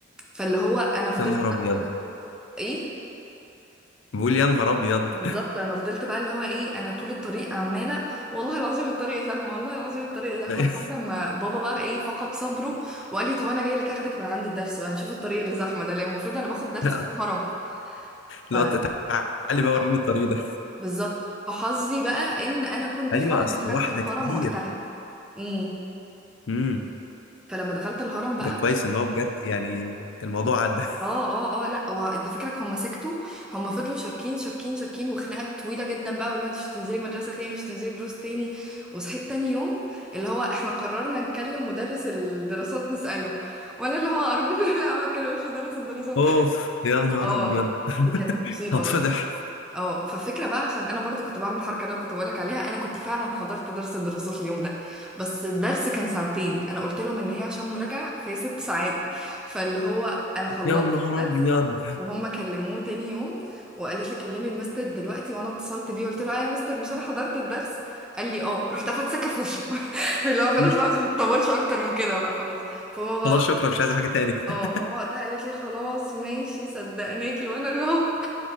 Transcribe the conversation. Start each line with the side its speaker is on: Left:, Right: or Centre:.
Centre: فاللي هو انا فضلت
Left: يا نهار ابيض
Centre: بقى- ايه
Left: بقول يا نهار ابيض
Centre: بالظبط انا فضلت بقى اللي هو ايه انا طول الطريق عماله والله العظيم الطريق زحمه والله العظيم الطريق زحمه
Left: <laughs>
Centre: لحد ما بابا بقى ايه فقد صبره وقال لي طب انا جاي لك اخدك من عند الدرس بقى نشوف الطريق اللي زحمه ده لان المفروض انا باخد درس
Left: لا
Centre: في الهرم ف
Left: لا، تعالي بقى وريني
Centre: اه
Left: الطريق ده
Centre: بالظبط فحظي بقى ان انا كنت
Left: ايوه
Centre: فعلا
Left: اصل
Centre: دخلت
Left: واحده
Centre: الهرم
Left: كتير
Centre: وقتها امم
Left: امم
Centre: فلما دخلت الهرم بقى
Left: ده كويس ان هو بجد يعني الموضوع عدى <laughs>
Centre: اه اه اه لا وانت فكرك هم سكتوا هم فضلوا شاكين شاكين شاكين وخناقه طويله جدا بقى واللي هو انت مش هتنزلي مدرسه تاني مش هتنزلي دروس تاني وصحيت تاني يوم اللي هو احنا قررنا نكلم مدرس الدراسات نساله وانا اللي هو ارجوكم <laughs> لا ما تكلموش مدرس الدراسات
Left: اوف يا نهار
Centre: اه
Left: ابيض
Centre: دي كانت مصيبه
Left: هتفضح
Centre: بقى اه فالفكره بقى عشان انا برضو كنت بعمل الحركه اللي انا كنت بقولك عليها انا كنت فعلا حضرت درس الدراسات اليوم ده بس الدرس كان ساعتين انا قلت لهم ان هي عشان مراجعه فهي ست ساعات فاللي هو انا خلصت
Left: يا نهار
Centre: الدرس
Left: ابيض
Centre: وهم كلموه تاني يوم وقالت لي كلمي المستر دلوقتي وانا اتصلت بيه قلت له اه يا مستر مش انا حضرت الدرس قال لي اه رحت افت سكه في وشه <laughs> اللي هو خلاص
Left: <laughs>
Centre: بقى ما بتطولش اكتر من كده بقى خلاص فهو بقى
Left: خلاص شكرا مش عايز حاجه تاني <laughs>
Centre: اه فهو وقتها قالت لي خلاص ماشي صدقناكي وانا اللي هو